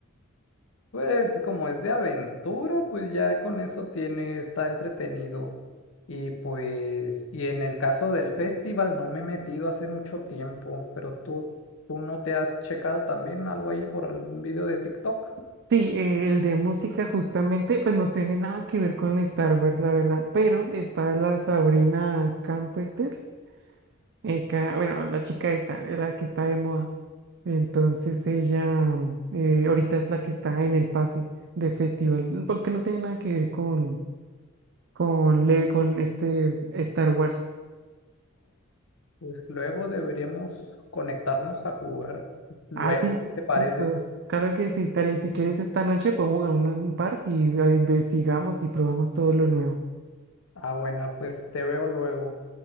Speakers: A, on the left; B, on the right.
A: Pues como es de aventura, pues ya con eso tiene, está entretenido. Y pues, y en el caso del festival no me he metido hace mucho tiempo, pero tú, tú no te has checado también algo ahí por algún video de TikTok.
B: Sí, eh, el de música justamente, pues no tiene nada que ver con Star Wars, la verdad, pero está la Sabrina Carpenter, eh, ca- bueno, la chica esta, eh, la que está de moda. Entonces ella mm, eh, ahorita es la que está en el pase de festival, porque no tiene nada que ver con, con, le- con este Star Wars.
A: Pues luego deberíamos conectarnos a jugar. Luego,
B: Ah, sí,
A: ¿te parece?
B: listo. Claro que sí, tal y si quieres esta noche podemos jugar un, un par y ah, investigamos y probamos todo lo nuevo.
A: Ah, bueno, pues te veo luego.